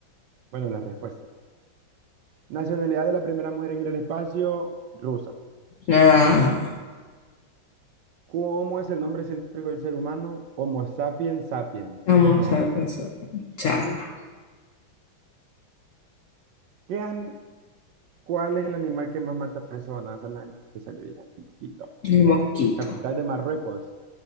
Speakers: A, on the right; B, on the left.
A: Bueno, la respuesta. Nacionalidad de la primera mujer en ir al espacio, rusa.
B: Ah,
A: ¿Cómo es el nombre científico del ser humano? Homo sapiens sapiens.
B: vamos
A: No
B: a
A: Homo sapiens.
B: pensar. Chala.
A: ¿Qué an- ¿Cuál es el animal que más mata personas al año? Te sale bien, mosquito.
B: El mosquito.
A: Capital de Marruecos,